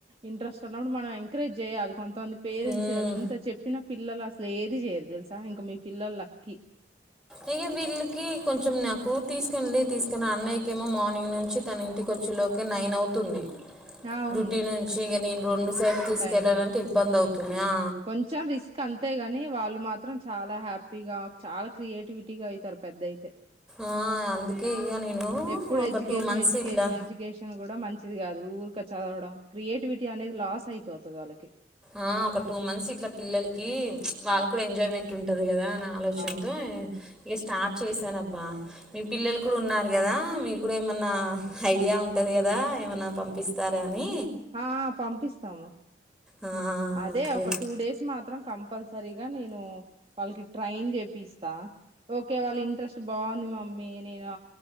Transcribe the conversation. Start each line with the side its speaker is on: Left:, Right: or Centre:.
Right: ఇంట్రెస్ట్ అన్నప్పుడు మనం ఎంకరేజ్ చేయాలి కొంతమంది పేరెంట్స్
Centre: మ్మ్.
Right: ఎంత చెప్పినప్పు పిల్లలు అసలు ఏది చేయరు తెలుసా ఇంకా మీ పిల్లలు లక్కీ
Centre: అయ్య వీళ్ళకి కొంచెం నాకు తీసుకొనిలే తీసుకుని అన్నయ్యకి ఏమో మార్నింగ్ నుంచి తన ఇంటికి వ ర్చులోకి నైన్ అవుతుంది
Right: అవును
Centre: డ్యూటీ నుంచి ఇక నేను రెండు
Right: అవును
Centre: సైలు తీసుకెళ్లాలంటే
Right: టైమింగ్
Centre: ఇబ్బంది అవుతుంది ఆ.
Right: కొంచెం రిస్క్ అంతే గాని వాళ్ళు మాత్రం చాలా హ్యాపీగా చాలా క్రియేటివిటీగా అయితారు పెద్ద అయితే
Centre: ఆ అందుకే ఇక నేను
Right: ఎప్పుడు
Centre: ఒక
Right: ఎడ్యుకేషన్
Centre: టూ మంత్స్
Right: ఎడ్యుకేషన్
Centre: ఇట్లా
Right: ఎడ్యుకేషన్ కూడా మంచి ది కాదు ఊరిక చదవడం క్రియేటివిటీ అనేది లాస్ అయిపోతది వాళ్ళకి
Centre: ఆ ఒక టూ మంత్స్ ఇట్లా పిల్లలకి వాళ్ళు కూడా ఎంజాయ్‌మెంట్ ఉంటది కదా ఆ ఆలోచనతో
Right: అవును
Centre: ఇక స్టార్ట్ చేశానబ్బా మీ పిల్లలు కూడా ఉన్నారు కదా మీరు కూడా ఏమన్నా ఐడియా ఉంటద ది కదా ఏమైనా పంపిస్తారా అని
Right: ఆహ్ పంపిస్తాము
Centre: ఆ,
Right: అదే
Centre: ఓకే
Right: ఒక టూ డేస్ మాత్రం కంపల్సరీగా నేను వాళ్ళకి ట్రైన్ చేపిస్ స్తా ఓకే వాళ్ళ ఇంట్రెస్ట్ బాగుంది మ మ్మి నేను